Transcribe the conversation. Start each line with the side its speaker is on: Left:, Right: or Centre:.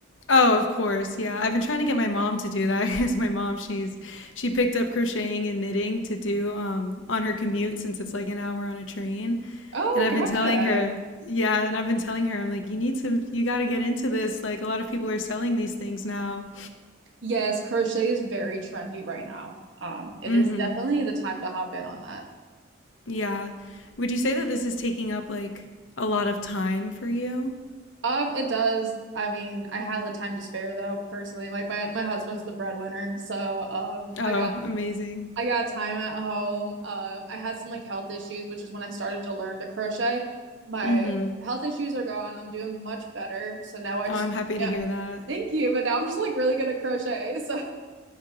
Left: Oh, of course. Yeah. I've been trying to get my mom to do that <laughs> because my mom, she's, she picked up crocheting and knitting to do, um, on her commute since it's like an hour on a train.
Right: Oh,
Left: And I've
Right: gotcha.
Left: been telling her, yeah, and I've been telling her, I'm like, you need to, you got to get into this. Like, a lot of people are selling these things now.
Right: Yes, crochet is very trendy right now. Um, it
Left: Mm
Right: is
Left: hmm.
Right: definitely the time to hop in on that.
Left: Yeah. Would you say that this is taking up like a lot of time for you?
Right: Um, it does. I mean, I have the time to spare though, personally. Like my my husband's the breadwinner, so um,
Left: Oh,
Right: I got
Left: amazing.
Right: I got time at home. Um, I had some like health issues, which is when I started to learn to crochet. My
Left: Mm hmm.
Right: health issues are gone. I'm doing much better. So now I
Left: Oh,
Right: just,
Left: I'm happy to
Right: yeah,
Left: hear that.
Right: thank you. But now I'm just like really good at crochet. So